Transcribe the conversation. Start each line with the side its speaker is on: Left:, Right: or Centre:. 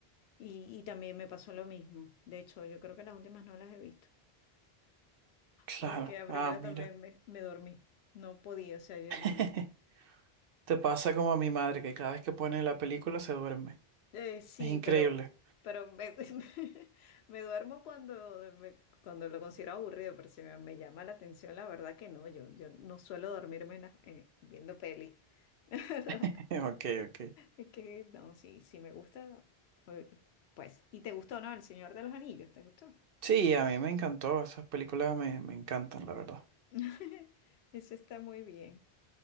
Left: Y, y también me pasó lo mismo. De hecho, yo creo que las últimas no las he visto.
Right: Claro.
Left: Porque a primera
Right: Ah, mira.
Left: también me, me dormí. No podía, o sea, yo
Right: <laughs>
Left: no, no.
Right: Te pasa como a mi madre, que cada vez que pone la película se duerme.
Left: Eh, sí,
Right: Es increíble.
Left: pero, pero me, <laughs> me duermo cuando, me- cuando lo considero aburrido, pero si me, me llama la atención, la verdad que no. Yo, yo no suelo dormirme en las- eh, viendo peli. <laughs> ¿Verdad?
Right: <laughs> Ok, ok.
Left: Es que no, sí, sí me gusta. eh, Pues, ¿y te gustó, no? El Señor de los Anillos, ¿te gustó?
Right: Sí, a mí me encantó. Esas películas me, me encantan, la verdad.
Left: <laughs> Eso está muy bien.